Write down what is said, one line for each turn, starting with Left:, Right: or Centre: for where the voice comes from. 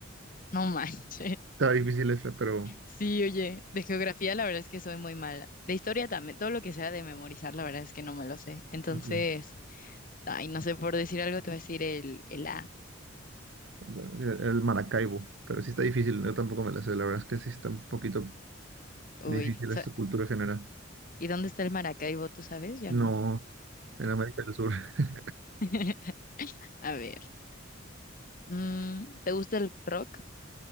Left: No manches. <laughs>
Right: Está difícil esta, pero...
Left: Sí, oye, de geografía la verdad es que soy muy mala. De historia también, todo lo que sea de memorizar la verdad es que no me lo sé. Entonces,
Right: Ok.
Left: ay, no sé, por decir algo te voy a decir el, el A.
Right: El, el Maracaibo, pero sí está difícil. Yo tampoco me la sé. La verdad es que sí está un poquito
Left: Uy,
Right: difícil
Left: sa-
Right: esta cultura general.
Left: ¿y dónde está el Maracaibo? ¿Tú sabes? Yo
Right: No,
Left: no.
Right: en América del Sur. <laughs>
Left: <laughs> A ver, mm, ¿te gusta el rock?